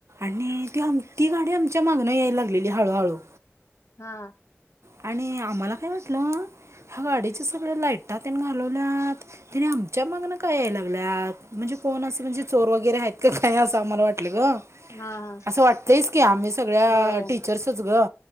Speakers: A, on the right (about 70°); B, on the left (about 75°).
A: आणि त ती गाडी आमच्या मागनं यायला लागलेली हळूहळू
B: हा
A: आणि आम्हाला काय वाटलं ह्या गाडीच्या सगळ्या लाइटातेन घा घालवल्यात, तेनि आमच्या मागण का याय गल्यात म्हणजे कोण असं म्हणजे चोर वगैरे आहेत. का काय अस आम्हाला वाट टल गं
B: हा हा
A: असं वाटत की, आम्ही सगळ्या
B: होय
A: टीचर्सच ग